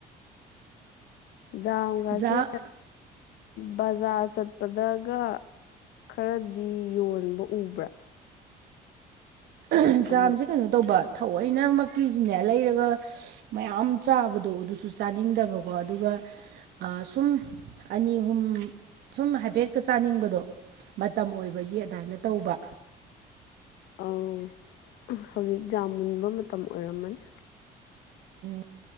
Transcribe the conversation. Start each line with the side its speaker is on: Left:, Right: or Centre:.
Left: ꯖꯝꯒꯁꯦ
Right: ꯖꯥꯝ
Left: ꯕꯖꯥꯔ ꯆꯠꯄꯗꯒ ꯈꯔꯗꯤ ꯌꯣꯟꯕ ꯎꯕ꯭ꯔꯥ
Right: ꯎꯝ
Left: ꯑꯗꯣ
Right: ꯖꯥꯝꯁꯦ ꯀꯩꯅꯣ ꯇꯧꯕ ꯊ ꯂꯣꯏꯅꯃꯛꯀꯤꯁꯤꯅꯦ ꯂꯩꯔꯒ ꯃꯌꯥꯝ ꯆꯥꯕꯗꯣ ꯑꯗꯨꯁꯨ ꯆꯥꯅꯤꯡꯗꯕꯀꯣ ꯑꯗꯨꯒ ꯁꯨꯝ ꯑꯅꯤ ꯑꯍꯨꯝ ꯁꯨꯝ ꯍꯥꯏꯐꯦꯛꯇ ꯆꯥꯅꯤꯡꯕꯗꯣ ꯃꯇꯝ ꯑꯣꯏꯕꯒꯤ ꯑꯗꯨꯃꯥꯏꯅ ꯇꯧꯕ
Left: ꯑꯥꯎ ꯍꯧꯖꯤꯛ ꯌꯥꯝ ꯃꯨꯟꯕ ꯃꯇꯝ ꯑꯣꯏꯔꯝꯃꯅꯤ
Right: ꯎꯝ